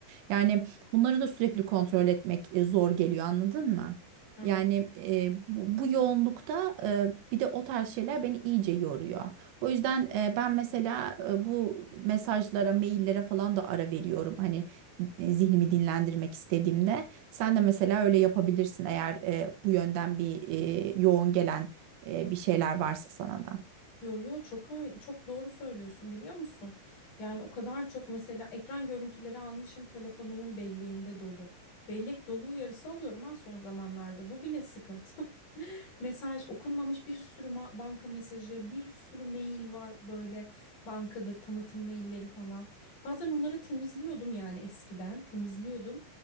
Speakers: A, on the right; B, on the left.
A: Yani bunları da sürekli kontrol etmek e, zor geliyor anladın mı?
B: Evet.
A: Yani e, bu, bu yoğunlukta e, bir de o tarz şeyler beni iyice yoruyor. O yüzden e, ben mesela e, bu mesajlara, maillere falan da ara veriyorum. Hani zihnimi dinlendirmek istediğimde sen de mesela öyle yapabilirsin eğer e, bu yönden bir e, yoğun gelen e, bir şeyler varsa sana da.
B: Yo yo çok öyle, çok doğru söylüyorsun biliyor musun? Yani o kadar çok mesela ekran görüntüleri almışım telefonumun belleğinde dolu. Bellek dolu uyarısı alıyorum ha son zamanlarda. Bu bile sıkıntı. Mesaj okunmamış bir sürü ma- banka mesajı, bir sürü mail var böyle bankadır tanıtım mailleri falan. Bazen onları temizliyordum yani eskiden temizliyordum.